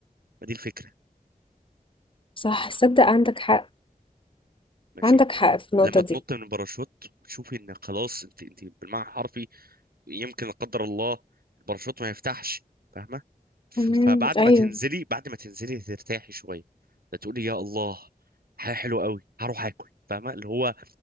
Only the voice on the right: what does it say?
ما دي الفكره
ماشي
لما
تنط من الباراشوت وتشوفي ان خلاص انت انت بالمعنى الحرفي يمكن لا قدر الله الباراشوت ما يفتحش فاهمه ف-
فبعد
ما تنزلي بعد ما تنزلي ترتاحي شويه فتقولي يا الله حاجه حلوه قوي هروح اكل فاهمه اللي هو